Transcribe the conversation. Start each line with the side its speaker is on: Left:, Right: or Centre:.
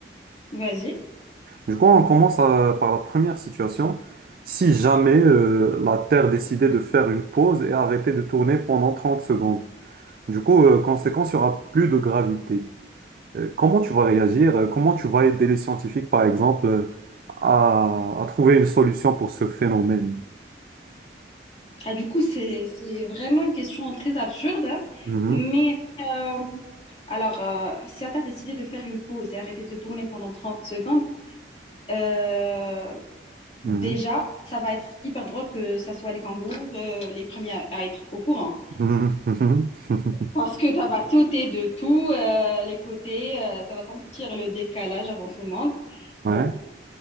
Left: Vas-y.
Right: Du coup, on commence à- par la première situation. Si jamais euh, la Terre décidait de faire une pause et arrêter de tourner pendant 30 secondes, du coup, euh, conséquence, il n'y aura plus de gravité. Euh, Comment tu vas réagir? euh, Comment tu vas aider les scientifiques, par exemple, euh, à, à trouver une solution pour ce phénomène?
Left: Ah, du coup, c'est, c'est vraiment une question très absurde, hein.
Right: Mhm,
Left: mais euh, alors, euh, si t'as décidé de faire une pause et arrêter de tourner pendant 30 secondes, euh,
Right: mhm,
Left: déjà, ça va être hyper drôle que ça soit les kangourous, euh, les premiers à, à être au courant.
Right: mhm, mhm, mhm. mhm,
Left: Parce que ça va sauter de tous euh, les côtés, euh, ça va sentir le décalage avant tout le monde.
Right: <laughs>
Left: Bon,
Right: Ouais.